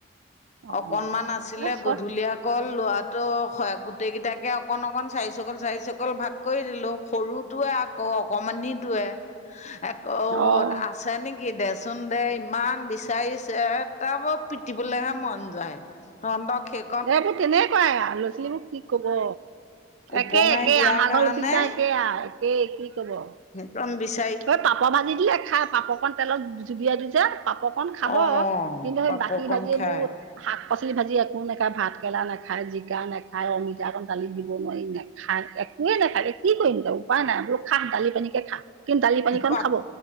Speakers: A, on the right (about 80°); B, on the left (about 35°).
A: অ'
B: অকনমান আছিলে
A: এই চব
B: গধূলি আকৌ ল'ৰা টো। গোটেইকেইটাকে অকণ অকণ চাৰিচকল চাৰিচকল ভাগ কৰি দিলোঁ সৰুটোৱে আকৌ অকণমানিটোৱে। এক ও।
A: অ'
B: আছে নেকি দেচোন দে ইমান বিচাৰিছে তাৰ ব পিটিবলৈহে মন যায়। তহত সেই।
A: এইবোৰ কেনেকুৱাই ল'ৰা -ছোৱালীবোৰ কি ক'ব।
B: উপঙাই
A: একে একে
B: দিয়াৰ
A: আমাৰ
B: কাৰণে
A: ঘৰলৈৰ চিন্তা একে একে কি ক'ব।
B: দম বিশ।
A: ত পাপৰ ভাজি দিলে খাই পাপৰকণ তেলত জুবিয়াই দিছে পাপ। অকন খাব
B: অ'
A: কিন্তু সেই
B: পাপৰকণ
A: বাকী ভাজি
B: খাই
A: বোৰ। শাক -পাচলি ভাজি একো নেখায় ভাত কেৰাা নাখায় জিকা নেখায় অমিতা অকণ দালি দিব নোৱাৰি নেখায়। খাই একোৱে নাখাকে কি কৰিম এ উপায় নাই বোলো খা দালি পানী কে খা। কিন্তু দালি পানীকণ
B: পাপ
A: খাব